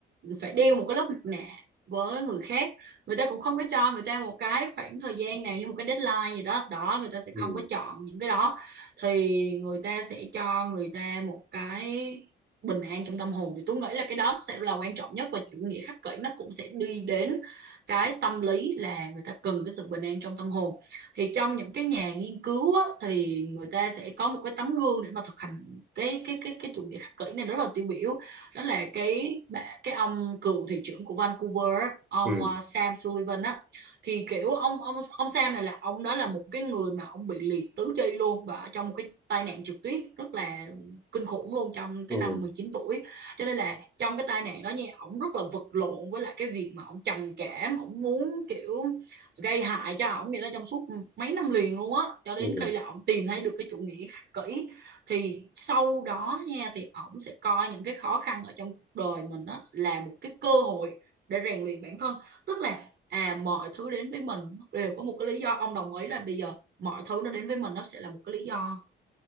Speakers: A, on the right; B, in the centre.
A: phải đeo một cái lớp mặt nạ với người khác người ta cũng không có cho người ta một cái khoảng thời gian nào như một cái deadline gì đó đó người ta sẽ
B: ừ,
A: không có chọn những cái đó thì người ta sẽ cho người ta một cái bình an trong tâm hồn thì tôi nghĩ là cái đó sẽ là quan trọng nhất và chủ nghĩa khắc kỷ nó cũng sẽ đi đến cái tâm lý là người ta cần cái sự bình an trong tâm hồn thì trong những cái nhà nghiên cứu á, thì người ta sẽ có một cái tấm gương để mà thực hành cái cái cái cái chủ nghĩa khắc kỷ này rất là tiêu biểu đó là cái bà- cái ông cựu thị trưởng của Vancouver ông
B: ừ,
A: ờ, Sam Sullivan á thì kiểu ông ông ông Sam này là ông đó là một cái người mà ông bị liệt tứ chi luôn và trong một cái tai nạn trượt tuyết rất là kinh khủng luôn trong
B: ừ,
A: cái năm 19 tuổi cho nên là trong cái tai nạn đó nha ông rất là vật lộn với lại cái việc mà ông trầm cảm ông muốn kiểu gây hại cho ông vậy đó trong suốt mấy năm liền luôn á cho đến
B: ừ,
A: khi là ông tìm thấy được cái chủ nghĩa khắc kỷ thì sau đó nha thì ổng sẽ coi những cái khó khăn ở trong cuộc đời mình á là một cái cơ hội để rèn luyện bản thân tức là à mọi thứ đến với mình đều có một cái lý do ông đồng ý là bây giờ mọi thứ nó đến với mình nó sẽ là một cái lý do